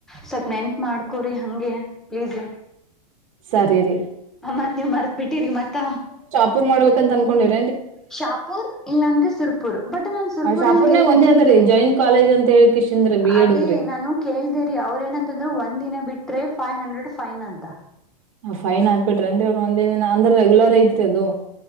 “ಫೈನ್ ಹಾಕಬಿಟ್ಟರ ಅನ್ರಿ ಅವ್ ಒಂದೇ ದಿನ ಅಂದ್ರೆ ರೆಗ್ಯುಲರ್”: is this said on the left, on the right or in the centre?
Right